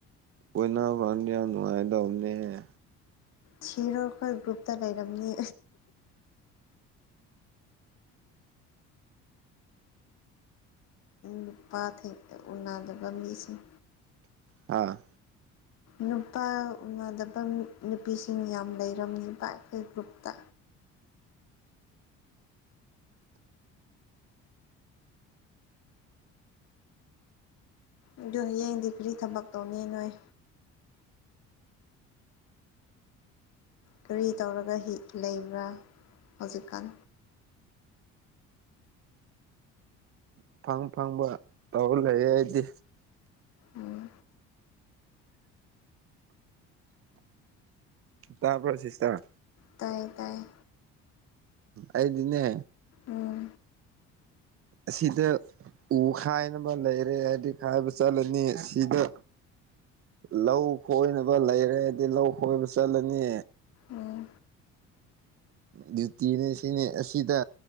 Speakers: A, on the right; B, on the left.
A: ꯀꯣꯏꯅꯥꯕ ꯒꯥꯟꯗꯗꯤ ꯌꯥꯝ ꯅꯨꯡꯉꯥꯏꯗꯕꯅꯦꯍꯦ
B: ꯊꯤꯔꯣ ꯈꯣꯏ ꯒ꯭ꯔꯨꯞꯇ ꯂꯩꯔꯝꯅꯤ ꯅꯨꯄꯥ ꯊꯦꯡ ꯎꯅꯥꯗꯕ ꯃꯤꯁꯤꯡ
A: ꯑꯥ
B: ꯅꯨꯄꯥ ꯎꯅꯗꯕ ꯅꯨꯄꯤꯁꯤꯡ ꯌꯥꯝ ꯂꯩꯔꯝꯅꯤꯕ ꯑꯩꯈꯣꯏ ꯒ꯭ꯔꯨꯞꯇ ꯑꯗꯣ ꯍꯌꯦꯡꯗꯤ ꯀꯔꯤ ꯊꯕꯛ ꯇꯧꯅꯤ ꯅꯣꯏ ꯀꯔꯤ ꯇꯧꯔꯒ ꯍꯤ ꯂꯩꯕ꯭ꯔꯥ ꯍꯧꯖꯤꯛꯀꯥꯟ
A: ꯑꯐꯪ ꯑꯐꯪꯕ ꯇꯧꯔ ꯂꯩꯌꯦ ꯑꯩꯗꯤ
B: ꯎꯝ
A: ꯇꯥꯕꯔꯣ ꯁꯤꯁꯇꯔ
B: ꯇꯥꯏꯌꯦ ꯇꯥꯏꯌꯦ
A: ꯑꯩꯗꯤꯅꯦ
B: ꯎꯝ
A: ꯑꯁꯤꯗ ꯎ ꯈꯥꯏꯅꯕ ꯂꯩꯔꯦ ꯍꯥꯏꯕꯗꯤ ꯈꯥꯏꯕ ꯆꯠꯂꯅꯤ ꯁꯤꯗ ꯂꯧ ꯈꯣꯏꯅꯕ ꯂꯩꯔꯦ ꯑꯩꯗꯤ ꯂꯧ ꯈꯣꯏꯕ ꯆꯠꯂꯅꯤ
B: ꯎꯝ
A: ꯗ꯭ꯌꯨꯇꯤꯅꯦ ꯁꯤꯅꯦ ꯑꯁꯤꯗ